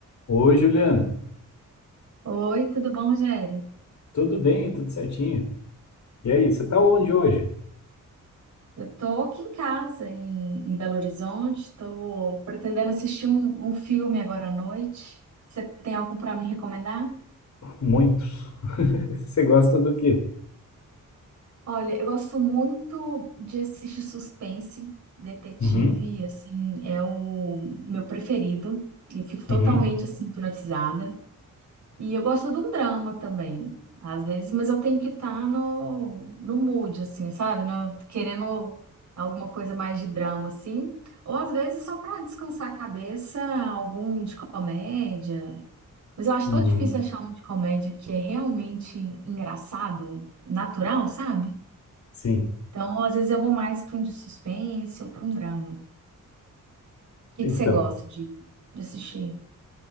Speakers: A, on the left; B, on the right.
A: Oi, Juliana.
B: Oi, tudo bom, Rogério?
A: Tudo bem? Tudo certinho? E aí, você tá onde hoje?
B: Eu tô aqui em casa, em, em Belo Horizonte, tô pretendendo assistir um, um filme agora à noite. Você tem algum para me recomendar?
A: Muito. <laughs> Você gosta do quê?
B: Olha, eu gosto muito de assistir suspense, detetive,
A: Uhum,
B: assim, é o meu preferido. Eu fico totalmente,
A: uhum,
B: assim, hipnotizada. E eu gosto de um drama também, às vezes, mas eu tenho que estar no, no mood, assim, sabe? No- querendo alguma coisa mais de drama, assim. Ou às vezes só para descansar a cabeça, algum de comédia. Mas eu acho
A: uhum.
B: tão difícil achar um de comédia que é realmente engraçado, natural, sabe?
A: Sim.
B: Então, às vezes eu vou mais para um de suspense ou para um drama. O que
A: Então,
B: que você gosta de, de assistir?